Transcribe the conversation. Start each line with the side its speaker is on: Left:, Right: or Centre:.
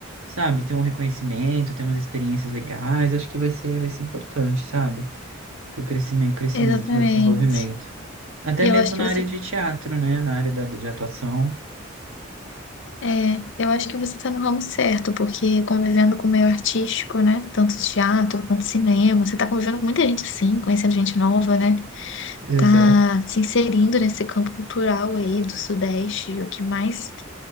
Right: sabe, ter um reconhecimento, ter umas experiências legais. Acho que vai ser, vai ser importante, sabe? Pro crescimento, crescimento,
Left: exatamente.
Right: meu desenvolvimento. Até
Left: E
Right: mesmo
Left: eu acho que
Right: na
Left: você,
Right: área de teatro, né? Na área da, de atuação.
Left: é, eu acho que você tá no ramo certo, porque convivendo com o meio artístico, né? Tanto teatro quanto cinema, você tá convivendo com muita gente assim, conhecendo gente nova, né?
Right: Exato.
Left: Tá se inserindo nesse campo cultural aí do Sudeste, o que mais,